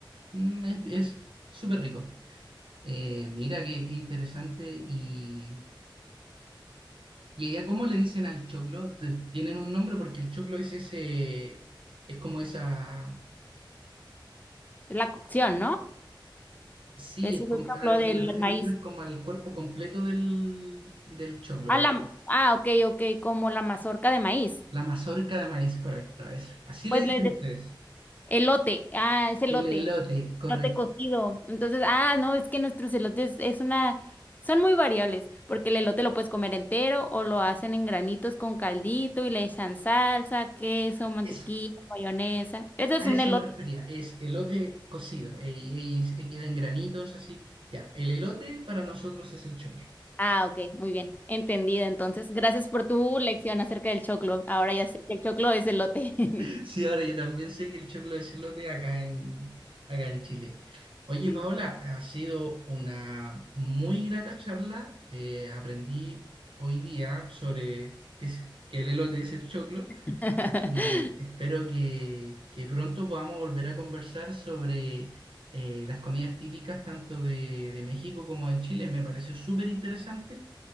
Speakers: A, on the right; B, on the left.
A: Mm, es es súper rico. Eh, mira, qué, qué interesante. ¿Y, y allá cómo le dicen al choclo? Te- ¿Tienen un nombre? Porque el choclo es ese, es como esa,
B: Es la cocción, ¿no?
A: sí,
B: Ese
A: es
B: es
A: como,
B: el choclo
A: a lo
B: del
A: que me refiero
B: maíz.
A: yo es como al cuerpo completo del, del choclo,
B: Ah,
A: eh.
B: la, ah, ok, ok, como la mazorca de maíz.
A: La mazorca de maíz, correcto, eso. Así
B: Pues
A: le dicen
B: le de-
A: ustedes.
B: elote. Ah, es elote.
A: El elote, correcto.
B: elote cocido. Entonces, ah, no, es que nuestros elotes es una, son muy variables, porque el elote lo puedes comer entero o lo hacen en granitos con caldito y le echan salsa, queso, mantequilla,
A: Eso.
B: mayonesa. Eso es
A: A
B: un
A: eso
B: elote.
A: me refería, es elote cocido eh, y, y- y queda en granitos así. Ya, el elote para nosotros es el choclo.
B: Ah, ok, muy bien, entendida. Entonces, gracias por tu lección acerca del choclo. Ahora ya sé que el choclo es elote. <laughs>
A: <laughs> Sí, ahora yo también sé que el choclo es elote acá en, acá en Chile. Oye,
B: Sí.
A: Paola, ha sido una muy grata charla. Eh, aprendí hoy día sobre que, es- que el elote es el choclo
B: <laughs>
A: Y espero que, que pronto podamos volver a conversar sobre eh, las comidas típicas tanto de, de México como de Chile. Me pareció súper interesante